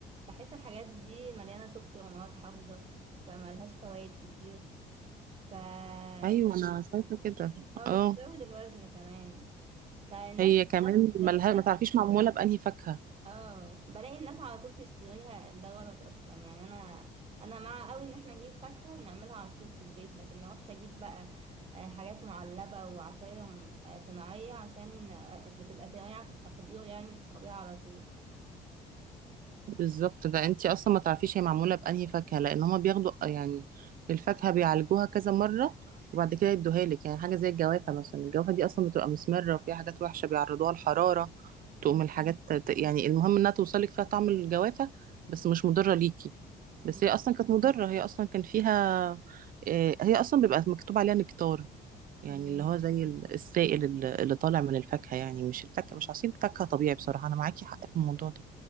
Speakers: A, on the right (about 35°); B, on the right (about 55°).
A: بحس الحاجات دي مليانة سكر ومواد حافظة فملهاش فوائد كتير فانت
B: ايوه انا شايفه كده
A: اه
B: اه
A: بتزود الوزن كمان فالناس
B: هي كمان ملها
A: الناس
B: ما تعرفيش معموله بانهي فاكهه
A: اه بلاقي الناس على طول تشتريها ده غلط اصلا يعني انا انا مع قوي ان احنا نجيب فاكهة ونعملها عصير في البيت لكن ما اروحش اجيب بقى آه، حاجات معلبة وعصاير م- آه، صناعية عشان آه، بتبقى سريعة في التحضير يعني تشربيها على طول
B: بالظبط ده انتي اصلا ما تعرفيش هي معموله بانهي فاكهه لان هما بياخدوا يعني الفاكهه بيعالجوها كذا مره وبعد كده يدوها لك يعني حاجه زي الجوافه مثلا الجوافه دي اصلا بتبقى مسمره وفيها حاجات وحشه بيعرضوها الحراره
A: <laughs>
B: تقوم الحاجات
A: مم.
B: ت- يعني المهم انها توصلك فيها طعم الجوافه بس مش مضره ليكي
A: مم.
B: بس هي اصلا كانت مضره هي اصلا كان فيها آه، هي اصلا بيبقى مكتوب عليها نكتار يعني
A: امم
B: اللي هو زي ال- السائل ال- اللي طالع من الفاكهة يعني مش الفاكهة مش عصير فاكهة طبيعي بصراحة أنا معاكي حق في الموضوع ده